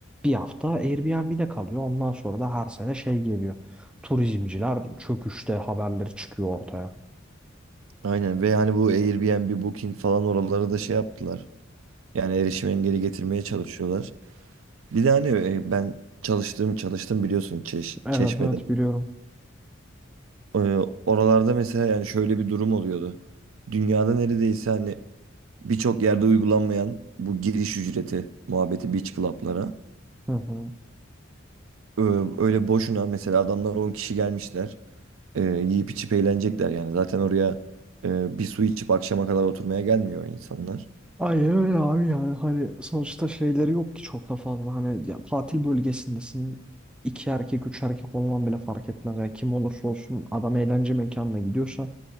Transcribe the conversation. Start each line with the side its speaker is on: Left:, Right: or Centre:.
Centre: bir hafta Airbnb'de kalıyor. Ondan sonra da her sene şey geliyor. Turizmciler çöküşte haberleri çıkıyor ortaya.
Right: Aynen ve hani bu Airbnb, Booking falan oraları da şey yaptılar. Yani erişim engeli getirmeye çalışıyorlar. Bir de hani e, ben çalıştım çalıştım biliyorsun Çeş-
Centre: Evet
Right: Çeşme'de.
Centre: evet biliyorum.
Right: Ee, Oralarda mesela yani şöyle bir durum oluyordu. Dünyada neredeyse hani birçok yerde uygulanmayan bu giriş ücreti muhabbeti beach club'lara.
Centre: Hı hı.
Right: Ee, Öyle boşuna mesela adamlar 10 kişi gelmişler. Ee, Yiyip içip eğlenecekler yani. Zaten oraya e, bir su içip akşama kadar oturmaya gelmiyor insanlar.
Centre: Ay öyle abi yani hani sonuçta şeyleri yok ki çok da fazla hani ya tatil bölgesindesin iki erkek üç erkek olman bile fark etmez yani kim olursa olsun adam eğlence mekanına gidiyorsa